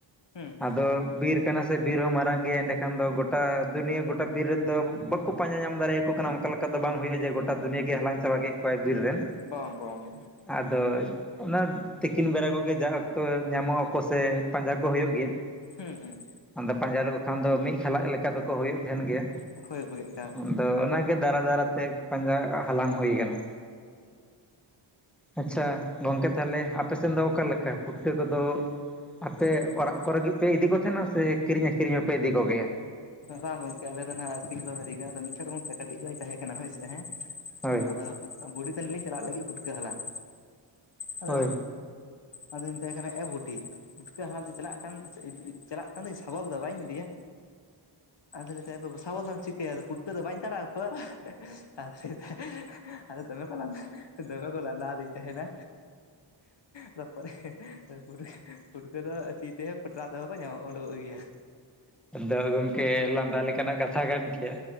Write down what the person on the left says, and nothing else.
ᱦᱩᱸ ᱦᱩᱸ
ᱵᱟᱝ ᱵᱟᱝ ᱵᱟᱝ
ᱦᱩᱸ ᱦᱩᱸ
ᱦᱳᱭ ᱦᱳᱭ ᱟᱱᱠᱟ
ᱦᱩᱸ
ᱵᱟᱝ ᱜᱚᱝᱠᱮ ᱟᱞᱮ ᱫᱚ ᱦᱟᱸᱜ ᱥᱤ ᱫᱚᱞᱮ <unintelligible> ᱟᱫᱚ ᱢᱤᱫ ᱪᱷᱳᱴ ᱜᱚᱝᱠᱮ ᱠᱟᱹᱴᱤᱡ ᱱᱚᱜ ᱤᱧ ᱛᱟᱦᱮᱸ ᱠᱟᱱᱟ᱾ ᱦᱳᱭᱥᱮ ᱦᱮᱸ
ᱟᱫᱚ ᱵᱩᱰᱤ ᱛᱟᱞᱤᱧ ᱞᱤᱧ ᱪᱟᱞᱟᱜ ᱞᱟᱹᱜᱤᱫ ᱯᱷᱩᱴᱠᱟᱹ ᱦᱟᱞᱟᱝ ᱦᱮᱞᱳ
ᱟᱫᱚᱧ ᱢᱮᱛᱟᱭ ᱠᱟᱱᱟ ᱮ ᱵᱩᱰᱤ ᱯᱩᱴᱠᱟᱹ ᱦᱟᱞᱟᱝ ᱫᱚᱧ ᱪᱟᱞᱟᱜ ᱠᱟᱱ ᱪᱟᱞᱟᱜ ᱠᱟᱱ ᱫᱚᱧ ᱥᱟᱵᱚᱞ ᱫᱚ ᱵᱟᱹᱧ ᱤᱫᱤᱭᱟ? ᱟᱫᱚ ᱞᱟᱭ ᱫᱟᱭ ᱮ ᱵᱟᱵᱩ ᱥᱟᱵᱚᱞ ᱪᱤᱠᱟᱭᱟ ᱯᱩᱴᱠᱟᱹ ᱫᱚ ᱵᱟᱹᱧ ᱛᱟᱲᱟᱣ ᱠᱚᱣᱟ᱾ ᱟᱫᱚ ᱞᱟᱹᱭ ᱫᱟᱭ ᱟᱫᱚ ᱫᱚᱢᱮ ᱠᱚ ᱞᱟᱸᱫᱟ ᱫᱚᱢᱮ ᱠᱚ ᱞᱟᱸᱫᱟ ᱟᱫᱤᱧ ᱛᱟᱦᱮᱱᱟ᱾ ᱛᱟᱨᱯᱚᱨᱮ ᱯᱷᱩᱴᱠᱟᱹ ᱯᱷᱩᱴᱠᱟᱹ ᱫᱚ ᱛᱤ ᱛᱮᱦᱚᱸ ᱠᱷᱚᱴᱨᱟ ᱛᱮᱦᱚᱸ ᱠᱚ ᱧᱟᱢᱚᱜ ᱩᱸᱰᱩᱠᱼᱚᱜ ᱜᱮᱭᱟ᱾